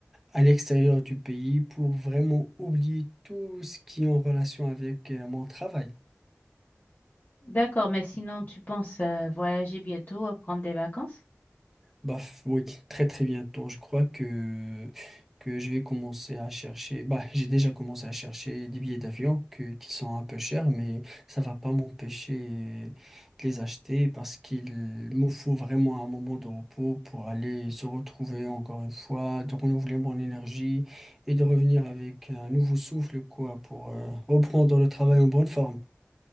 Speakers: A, in the centre; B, on the left.
A: à l'extérieur du pays pour vraiment oublier tout ce qui est en relation avec euh, mon travail.
B: D'accord, mais sinon, tu penses euh, voyager bientôt, euh, prendre des vacances?
A: Bah, f- oui, très très bientôt. Je crois que, que je vais commencer à chercher. Bah, j'ai déjà commencé à chercher des billets d'avion que, qui sont un peu chers, mais ça va pas m'empêcher de les acheter parce qu'il me faut vraiment un moment de repos pour aller se retrouver encore une fois, de renouveler mon énergie et de revenir avec un nouveau souffle, quoi, pour euh, reprendre le travail en bonne forme.